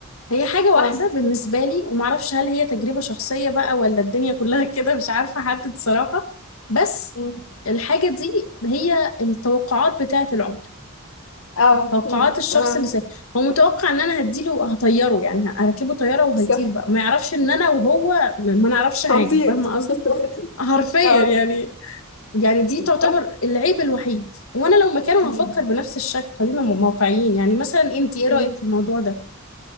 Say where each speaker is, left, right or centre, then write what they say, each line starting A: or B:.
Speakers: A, on the left; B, on the left.
A: هي حاجة واحدة
B: اه
A: بالنسبة لي ومعرفش هل هي تجربة شخصية بقى ولا الدنيا كلها <laughs> كده مش عارفة أحدد صراحة بس
B: امم
A: الحاجة دي هي التوقعات بتاعت العمر
B: اه
A: توقعات
B: امم
A: الشخص
B: انا عندي
A: اللي ساكن هو متوقع ان انا هديله هطيره يعني هركبه طيارة وهيطير
B: صح
A: بقى ما يعرفش ان انا وهو ما ما نعرفش
B: <laughs>
A: حاجة
B: هنطير
A: فاهمة قصدي
B: <laughs>
A: حرفيا
B: اه
A: يعني يعني دي
B: <laughs>
A: تعتبر العيب الوحيد وانا لو مكانه
B: مم.
A: هفكر بنفس الشكل خلينا م- واقعيين يعني مثلا انت ايه رأيك
B: مم.
A: في الموضوع ده